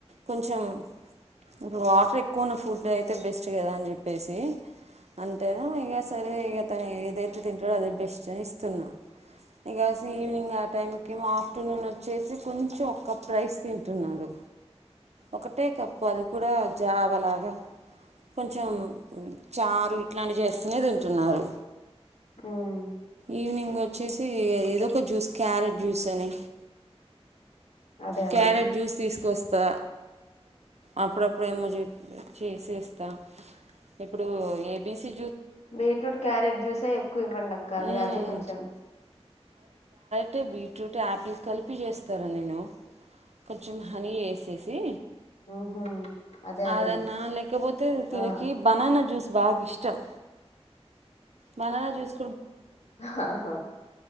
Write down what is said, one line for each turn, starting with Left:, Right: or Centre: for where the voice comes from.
Right: కొంచెం ఇప్పుడు వాటర్ ఎక్కువన్న ఫుడ్ అయితే బెస్ట్ కదా అని చెప్పేసి అంతేనా ఇక సరే ఇక తను ఏదైతే. క తింటాడు అదే బెస్ట్ అని ఇస్తున్నాను ఇం కాసి ఈవినింగ్ ఆ టైంకి ఏమో ఆఫ్టర్నూన్ వచ్చేసి కొంచెం ఒక కప్ రైస్ తింటున్నారు. ఒకటే కప్పు అది కూడా జావలాగా కొంచెం చారు ఇట్లాంటి చేస్తూనే తింటున్నారు.
Left: ఉమ్
Right: ఈవినింగ్ వచ్చేసి ఏదో ఒక జూస్ క్యారెట్ జ్యూస్ అని
Left: అదే అదేలే
Right: క్యారెట్ జ్యూస్ తీసుకొస్తా. అప్పుడప్పుడు ఏమో చేసిస్తా ఇప్పుడు A B C.
Left: Beetroot, carrot juice. సే ఎక్కువ ఇవ్వండక్క అదే
Right: మ్మ్
Left: అదే కొంచం.
Right: అంటే బీట్రూట్ యాపిల్ కలిపి చేస్తారా నేను కొంచెం హనీ వేసేసి.
Left: ఉహు అదే అదేలే
Right: అదన్న లేకపోతే తనకి
Left: ఆ
Right: బనానా జ్యూస్ బాగా ఇష్టం. చెం. బనానా జ్యూస్
Left: హా హా